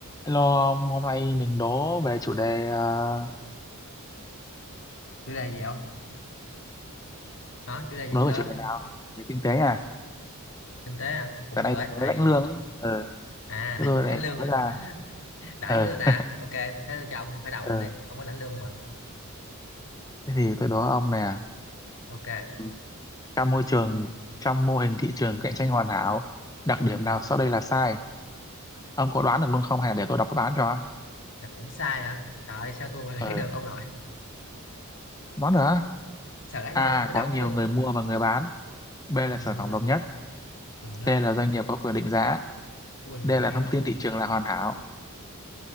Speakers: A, on the left; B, on the left.
A: Hello ông, hôm nay mình đố về chủ đề uh,
B: chủ đề gì không hả chủ đề gì
A: đố
B: cơ
A: về chủ đề nào? Về kinh tế à?
B: kinh tế à cũng
A: Tại nay
B: được ấy
A: tôi mới
B: tại
A: lãnh lương ấy. Ờ,
B: à <laughs>
A: thế tôi
B: ông
A: này
B: lãnh lương
A: nói
B: à.
A: ra.
B: đã
A: Ờ,
B: với người ta ok thế tôi cho ông phải đầu
A: ờ.
B: luôn đi ông có lãnh lương mà
A: Thế thì tôi đố ông nè.
B: ok cạnh
A: Ừ. Trong môi trường, trong mô hình thị trường cạnh tranh hoàn hảo, đặc điểm
B: tranh hoàn
A: nào
B: hảo
A: sau đây là sai? Ông có đoán được luôn không? Hay để tôi đọc đáp án cho?
B: đặc điểm sai hả trời ơi, sao tôi mà <laughs> đoán
A: Ờ,
B: được ông nội
A: đoán được á?
B: sao đoán
A: A.
B: được ông phải
A: Có
B: đọc
A: nhiều
B: chứ
A: người mua và người bán. B là
B: Nhiều
A: sản
B: mua
A: phẩm
B: bán
A: đồng nhất.
B: đồng nhất
A: C là doanh nghiệp có quyền định giá.
B: quyền
A: D
B: định
A: là
B: giá
A: thông tin thị trường là hoàn hảo.